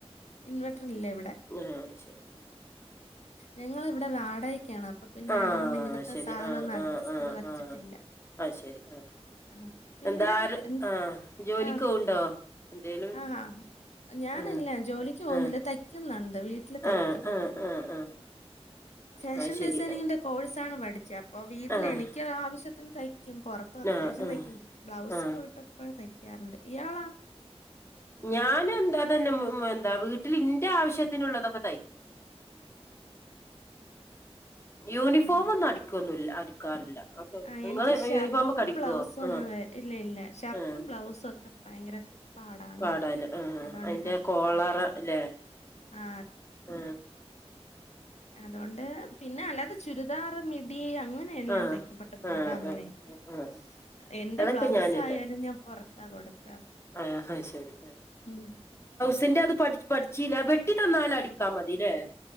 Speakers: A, on the left; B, on the left.
A: ഇൻവേർട്ടർ ഇല്ലേ ഇവിടെ
B: ആയ് ശരി ആ
A: ഞങ്ങള് ഇവിടെ വാടക ക്കാണ് അപ്പൊ പിന്നെ
B: ആഹ്
A: അതുകൊണ്ട് ഇങ്ങനത്തെ
B: ശരി
A: സാധനം
B: ആഹ്
A: ഒന്നും അഡ്ജസ്റ്റ്
B: ആഹ് ആഹ്
A: ചെയ്ത് വെച്ചിട്ടില്ല.
B: ആഹ് അത് ശരി ആഹ്
A: ആ പിന്നെ
B: എന്താര്
A: എ
B: ആഹ് ജോലിക്ക്
A: ആ
B: പോവ്ണ്ടോ എന്തേലും
A: ആ ഞാനില്ല
B: ആഹ്
A: ജോലിക്ക് പോകുന്നില്ല
B: ആഹ്
A: തയ്ക്കുന്നുണ്ട്. അ വീട്ടീല് തയ്ക്കും.
B: ആഹ് ആഹ് ആഹ് ആഹ്
A: ഫാഷൻ
B: അത് ശരി
A: ഡിസൈനിങ്ങിന്റെ കോഴ്സാ ണ് പഠിച്ചത് അപ്പൊ വീട്ടിൽ
B: ആഹ്
A: എനിക്ക് ആവശ്യത്തിന് തയ തക്കും പുറത്തും അത്യാവശ്യം
B: ആഹ് ആഹ്
A: തയ്ക്കും ബ്ലൗസ്
B: ആഹ്
A: പോയിട്ടൊക്കെ തയ്ക്കാറുണ്ട് ഇയാളാണ്
B: ഞാന എന്താ അതന്നെ ഉ എന്താ വീട്ടിൽ ഇന്റെ ആവശ്യത്തിനുള്ളതൊക്കെ തയ്കും ഉം യൂണിഫോമന്നും
A: ആഹ്.
B: അടിക്കൊന്ന അടിക്കാറില്ല. ക്കെ
A: ആ
B: നിങ്ങള്
A: എനിക്ക് ഷർട്ടും
B: യൂണിഫോമക്കെ അ ടിക്കുവോ
A: ബ്ലൗസും
B: ആ
A: ഒന്നും വേ- ഇല്ല ഇല്ല. ഷർട്ടും
B: ആ
A: ബ്ലൗസും ഒക്കെ ഭയങ്കര പാടാണ്.
B: പാടോലെ ആ
A: അതുകൊണ്ട്
B: അയിന്റെ
A: കഷ
B: കോളറ
A: തയ്ക്കാറില്ല.
B: ല്ലേ?
A: ആ
B: ആ
A: അതൊണ്ട് പിന്നെ അല്ലാതെ ചുരിദാർ, മിഡി, അങ്ങനെ എല്ലാം
B: ആഹ്
A: തൈ പ്പ
B: ആഹ്
A: അവടെ അങ്ങനെയൊക്കെ
B: ആഹ് ആഹ് ആഹ്
A: എന്റെ
B: അതൊക്കെ
A: ബ്ലൗസ്
B: ഞാനിട്ട്
A: ആയാലും ഞാൻ പൊറത്താ കൊടുക്ക.
B: ആയ് ശെരി.
A: ഹ്മ്.
B: ത് ന്റത് പട് പട്ച്ചീല വെട്ടി തന്നാലടിക്കാ മതിലെ